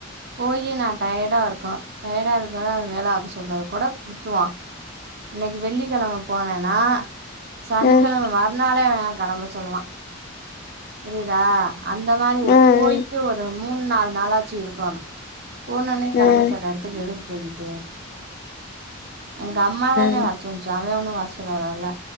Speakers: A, on the right; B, on the left.
A: போயி நா டயர்டா இருக்கோ டயர்டா இருக்க வேல அது சொல்றது கூட விட்ருவா இன்னைக்கி வெள்ளிக்கெழம போனேன்னா சனிக்கெழம
B: ம்
A: மறுநாளே இவே என்ன கெளம்ப சொல்லுவா புரிதா அந்த மாரி
B: ம்
A: போயிட்டு ஒரு மூண் நாலு நாளாச்சி இருக்கணு போன ஒட்னே
B: ம்
A: கெளம்ப
B: ம்
A: சொல்ற எடத்துக்கு எதுக்கு போயிட்டு எங்க அம்மா தானே
B: ம்
A: வரசொல்லுச்சி அவே ஒன்னு வரசொல்லல்